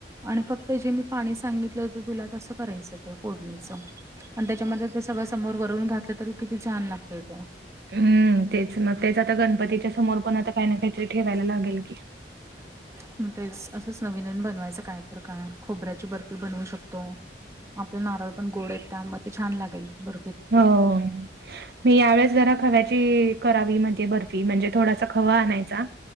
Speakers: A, on the right; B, on the right.
A: आणि फक्त जे मी पाणी सांगितलं होत तुला तसं करायचं ते फोडणीच आणि त्याच्यामध्ये ते सगळं समोर वरून घातलं तरी किती छान लागतय तो.
B: हम्म तेच मग तेच आता गणपतीच्या समोर पण आता काय ना कायतरी ठेवायला लागेल की.
A: <inaudible> म तेच असंच नवीन नवीन बनवायचं काय तर का खोबऱ्याची बर्फी बनवू शकतो. आपल नारळ पण गोड आहेत त्यामुळं ते छान लागेल बर
B: हो मी यावेेळेस जरा खव्याची करावी म्हणते बर र्फी म्हणजे थोडासा खवा आणायचा